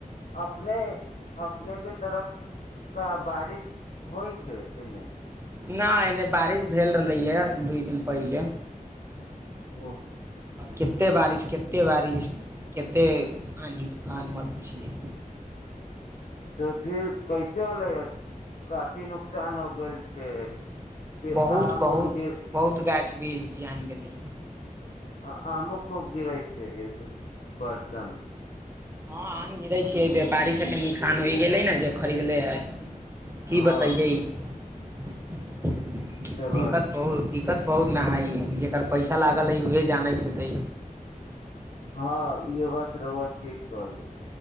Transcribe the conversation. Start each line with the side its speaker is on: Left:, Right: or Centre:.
Left: अपने अपनेके तरफ क बारिश होइ छै एने
Right: नहि एने बारिश भेल रहलैए दू दिन पहिले
Left: ह
Right: कतेक बारिश कतेक बारिश कतेक आन्ही तूफानमे पुछिै
Left: तऽ फिर कैसे होले ह काफी नुकसान हो गेल छै फिर
Right: बहुत
Left: आम
Right: बहुत
Left: उम गिर
Right: बहुत गाछ वृक्ष जान गेलै
Left: आ आमो खूब गिरै छै बरषामे
Right: हँ आम गिरै छियै व्यापारी सबके नुकसान होइ गेलै ने जे खरीदले है की
Left: हँ
Right: बतैयै <unintelligible>
Left: ई तऽ बात
Right: दिक्कत
Left: छै
Right: बहुत दिक्कत बहुत नइ जेकर पैसा लागल है उह जानैत होतै
Left: हँ ई बात रउआ ठीक कहलै <inaudible>